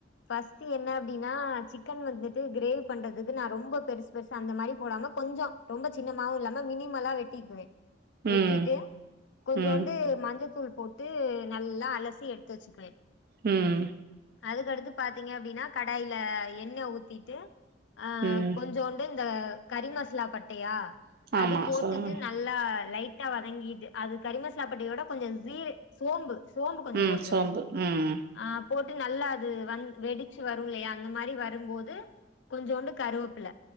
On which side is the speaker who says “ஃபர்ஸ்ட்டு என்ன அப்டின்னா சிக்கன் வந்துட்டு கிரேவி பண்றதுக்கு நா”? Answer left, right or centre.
Left